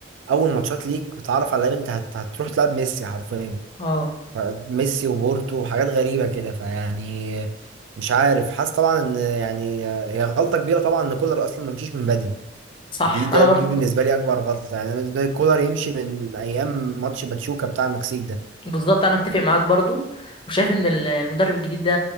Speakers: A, on the right; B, on the left.
A: اول ماتشات ليك بتعرف على لعيبه انت هت... هتروح تلعب ميسي حرفيا
B: اه
A: ف- ميسي وبورتو وحاجات غريبه كده فيعني مش عارف حاسس طبعا ان يعني هي غلطه كبيره طبعا ان كولر اصلا ما مشيش من بدري
B: صح
A: دي ده
B: انا
A: دي
B: برضو
A: بالنسبه لي اكبر غلطه يعني انا بالنسبه لي كولر يمشي من ايام ماتش باتشوكا بتاع المكسيك ده
B: بالظبط انا هتفق معاك برضو وشايف ان ال- المدرب الجديد ده